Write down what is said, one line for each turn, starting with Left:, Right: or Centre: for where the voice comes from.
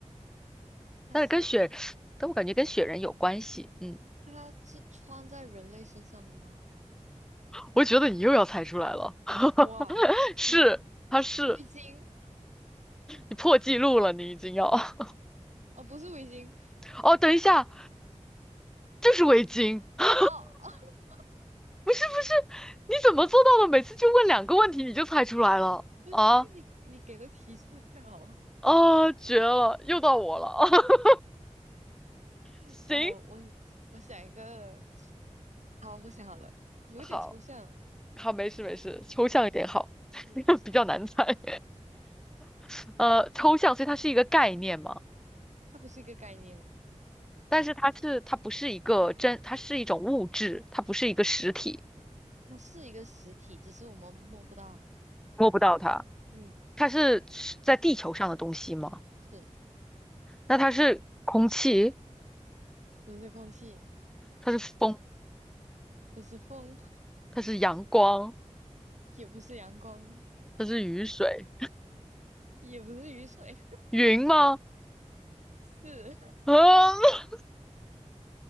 Right: 它是它
Centre: 但是跟雪，但我感觉跟雪人有关系，嗯，
Right: 它是穿在人类身上的吗？
Centre: 我觉得你又要猜出来了，<laughs>
Right: 哇，
Centre: 是，
Right: <laughs>
Centre: 它是，
Right: 围巾
Centre: 你破纪录了，你已经要，<laughs>
Right: 啊，不是围巾
Centre: 哦，等一下，就是围巾，<laughs>
Right: 哦，<laughs>
Centre: 不是不是，你怎么做到的？每次就问两个问题你就猜出来了啊？
Right: 不是因为你你给的提示太好了。
Centre: 啊，绝了，又到我了。<laughs>
Right: <laughs>
Centre: 行，
Right: 啊，我我想一个。好，我想好了，有点抽象。
Centre: 好，好，没事没事，抽象一点好，
Right: 嗯嗯，
Centre: <laughs> 比较难猜。<laughs> 呃，抽象，所以它是一个概念嘛，
Right: 它不是一个概念。
Centre: 但是它是它不是一个真，它是一种物质，它不是一个实体，
Right: 它是一个实体，只是我们摸不到。
Centre: 摸不到它。
Right: 嗯，
Centre: 它是是在地球上的东西吗？
Right: 是
Centre: 那它是空气，
Right: 不是空气，
Centre: 它是风，
Right: 不是风，
Centre: 它是阳光，
Right: 也不是阳光，
Centre: 它是雨水，
Right: 也不是雨水，
Centre: 云吗？
Right: <laughs> 是
Centre: 啊，<laughs>